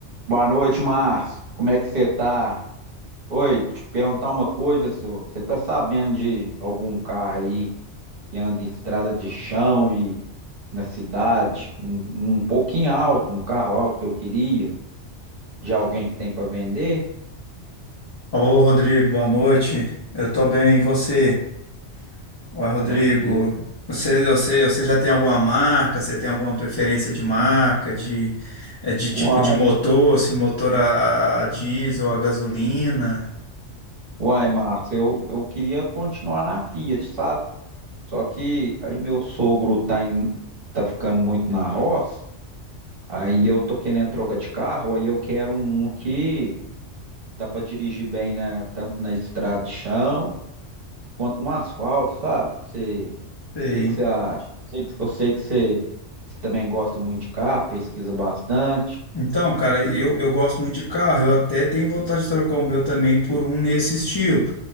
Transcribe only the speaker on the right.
Boa noite, Márcio. Como é que você tá? Oi, te perguntar uma coisa, senhor. Você tá sabendo de algum carro aí que anda em estrada de chão e na cidade, um, um pouquinho alto, um carro alto que eu queria, de alguém que tem para vender?
Tranquilo.
Uai,
uai, Márcio, eu, eu queria continuar na Fiat, sabe? Só que aí meu sogro tá, em- tá ficando muito na roça, aí eu tô querendo troca de carro, aí eu quero um que Dá pra dirigir bem na, tanto na estrada de chão quanto no asfalto, sabe? Você,
o que que você acha? Eu sei que, eu sei que você, que você também gosta muito de carro, pesquisa bastante.